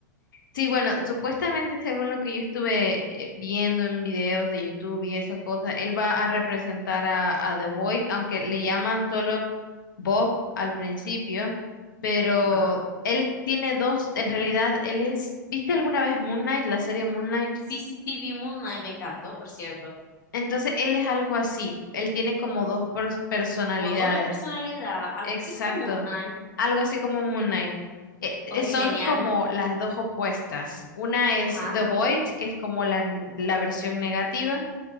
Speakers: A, on the left; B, on the left.
A: Sí, bueno, supuestamente según lo que yo estuve eh, viendo en videos de YouTube y esa cosa, él va a representar a, a The Void, aunque le llaman solo Bob al principio, pero
B: Ajá.
A: él tiene dos, en realidad él es, ¿viste alguna vez Moonlight, la serie Moonlight?
B: Sí, sí, sí, vi Moon Knight, me encantó, por cierto.
A: Entonces él es algo así, él tiene como dos pers- personalidades.
B: Como doble personalidad, algo
A: Exacto.
B: así como Moon Knight.
A: Algo así como Moon Knight. Eh, eh,
B: Oh, qué
A: son
B: genial.
A: como las dos opuestas. Una es
B: Ajá,
A: The Void, que es como la, n- la versión negativa,